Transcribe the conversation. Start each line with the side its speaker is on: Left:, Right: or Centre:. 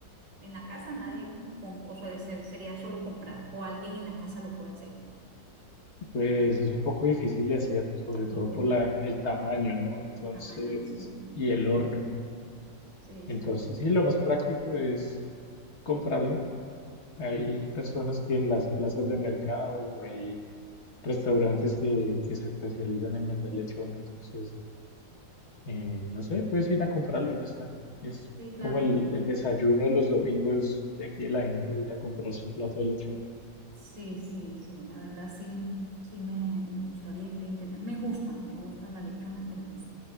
Right: En la casa nadie, o, com- o sea, se- sería solo comprar, o alguien en la casa lo puede hacer,
Left: Pues es un poco difícil de hacer, sobre
Right: lo
Left: todo
Right: que
Left: por
Right: es
Left: la,
Right: grande,
Left: el tamaño, ¿no? Entonces,
Right: el tamaño. Sí,
Left: y el horno.
Right: sí, sí,
Left: Entonces, sí, lo más práctico es comprarlo. Hay personas que en las plazas de mercado, o ahí restaurantes que, que se especializan en vender lechona, entonces, eh, no sé, puedes ir a comprarlo y ya está. Es
Right: Sí, claro,
Left: como el, el desayuno de los domingos de aquí de la gente, ir a comprarse un plato de lechona.
Right: sí, sí, sí, la verdad sí, sí me, me gustaría, estoy inter- me gusta, me gusta la lechona, pero pues